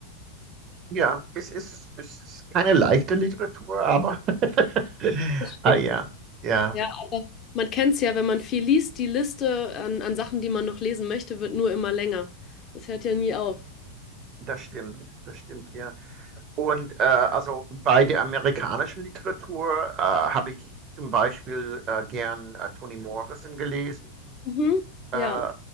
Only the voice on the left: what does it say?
Stimmt.
Ja, aber man kennt's ja, wenn man viel liest, die Liste an, an Sachen, die man noch lesen möchte, wird nur immer länger. Das hört ja nie auf.
Mhm.
Ja,